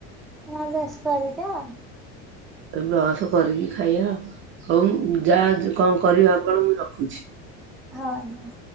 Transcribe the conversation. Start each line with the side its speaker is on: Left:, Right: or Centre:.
Centre: ନା ବ୍ରସ୍ କରିଚ
Right: ଏ ବ୍ରସ କରିକି ଖାଇବା ହଉ ଯାହା କଣ କରିବା ଆପଣ ମୁଁ ରଖୁଛି।
Centre: ହଁ ଆଜ୍ଞା।